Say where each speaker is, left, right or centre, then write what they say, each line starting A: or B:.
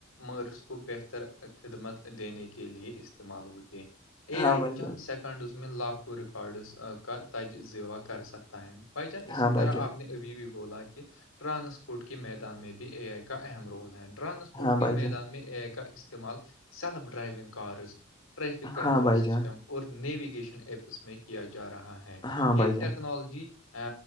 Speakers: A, on the left; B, on the left.
A: مرض کو بہتر خدمت دینے کے لے استعمال ہوتی اے
B: ہاں
A: آئی
B: بھائی
A: چند
B: جان
A: سیکنڈز میں لاکھوں ریکارڈس کا تج زیوہ کر سکتے ہے بائی چانس اسی
B: ہاں بھائی
A: طرح
B: جان
A: آپ نے ابھی بھی بولا کہ ٹرانسپورٹ کے میدان میں بھی اے آئی کا اہم رول ہے ٹرانسپورٹ
B: ہاں
A: کے
B: بھائی
A: میدان
B: جان
A: میں کا استعمال سیلف ڈرائیونگ کارز ٹریفک کنٹرول
B: ہاں بھائی
A: سسٹم
B: جان
A: اور نیویگیشن ایپس میں کیا جا رہا ہے
B: ہاں
A: یہ
B: بھائی جان
A: ٹیکنالوجی ا